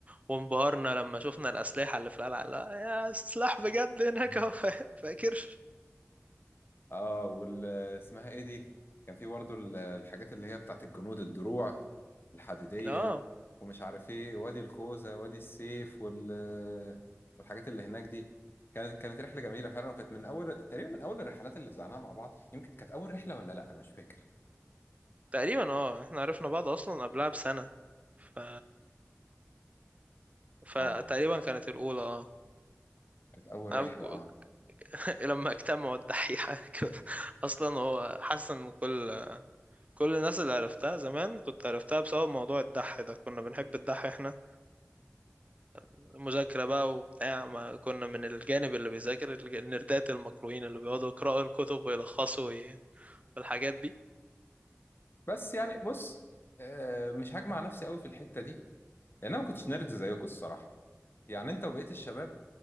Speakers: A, on the right (about 30°); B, on the left (about 45°).
A: وانبهرنا لما شفنا الأسلحة اللي في القلعة لا يا سلاح بجد هناك
B: <laughs>
A: اهو <laughs> فاكر
B: اه وال اسمها ايه دي كان في برضه ال- الحاجات اللي هي بتاعت الجنود الدروع الحديدية
A: اه
B: ومش عارف ايه وادي الخوذة وادي السيف وال والحاجات اللي هناك دي كانت كانت رحلة جميلة فعلا وكانت من اول تقريبا من اول الرحلات اللي طلعناها مع بعض يمكن كانت اول رحلة ولا لا انا مش فاكر
A: تقريبا اه احنا عرفنا بعض اصلا قبلها بسنة ف فتقريبا
B: اه
A: كانت الأولى اه
B: كانت اول
A: أنا
B: رحلة
A: في جو-
B: اه
A: <laughs> لما اجتمعوا الدحيحة <laughs> كده. اصلا هو حاسس ان كل كل الناس اللي عرفتها زمان كنت عرفتها بسبب موضوع الدح ده كنا بنحب الدح احنا مذاكرة بقى وبتاع ما كنا من الجانب اللي بيذاكر الج- النردات المكروهين اللي بيقعدوا يقرأوا الكتب ويلخصوا وي- والحاجات دي
B: بس يعني بص آه مش هجمع نفسي قوي في الحتة دي لان انا ما كنتش نرد زيكم الصراحة يعني انت وبقية الشباب